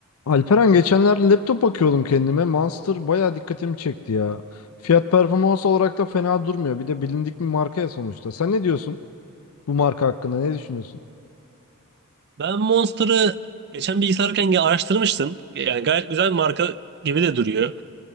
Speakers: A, on the left; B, on the right.
A: Alperen geçenlerde laptop bakıyordum kendime. Monster bayağı dikkatimi çekti ya. Fiyat performans olarak da fena durmuyor. Bir de bilindik bir marka ya sonuçta. Sen ne diyorsun bu marka hakkında? Ne düşünüyorsun?
B: Ben Monster'ı geçen bilgisayarken ge- araştırmıştım. Yani gayet güzel bir marka gibi de duruyor.